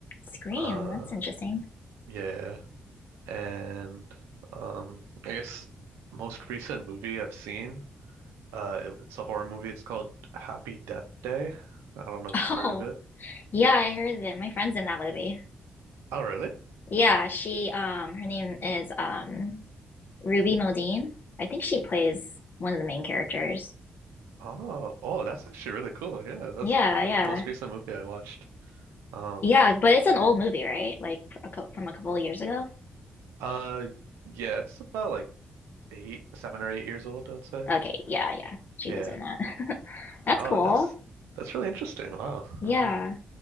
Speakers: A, on the left; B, on the right.
A: Scream,
B: Uh,
A: that's interesting. <laughs>
B: yeah, and um, I guess most recent movie I've seen, uh, it- it's a horror movie. It's called Happy Death Day. I don't know if
A: Oh,
B: you heard of it.
A: yeah, I heard that my friend's in that movie.
B: Oh, really?
A: Yeah, she um her name is um Ruby Modine. I think she plays one of the main characters.
B: Oh, oh, that's actually really cool. Yeah, that's
A: Yeah,
B: like
A: yeah.
B: the most recent movie I watched. Um,
A: Yeah, but it's an old movie, right? Like a cou- from a couple of years ago.
B: uh, yeah, it's about like eight, seven or eight years old, I'd say.
A: Okay, yeah, yeah. She
B: Yeah.
A: was in that. <laughs> That's
B: Oh,
A: cool.
B: that's that's really interesting. Wow. hmm
A: Yeah.